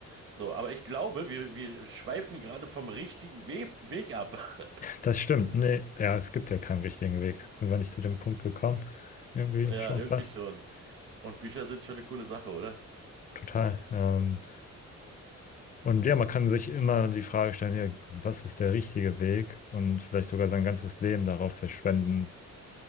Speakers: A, on the right; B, on the left.
A: So, aber ich glaube, wir, wir schweifen gerade vom richtigen We Weg ab. <laughs>
B: Das stimmt. Nee, ja, es gibt ja keinen richtigen Weg. Sind wir nicht zu dem Punkt gekommen? Irgendwie
A: Ja,
B: schon
A: irgendwie
B: fast.
A: schon. Und Bücher sind schon eine coole Sache, oder?
B: Total. Ähm, Und ja, man kann sich immer die Frage stellen, ja, was ist der richtige Weg und vielleicht sogar sein ganzes Leben darauf verschwenden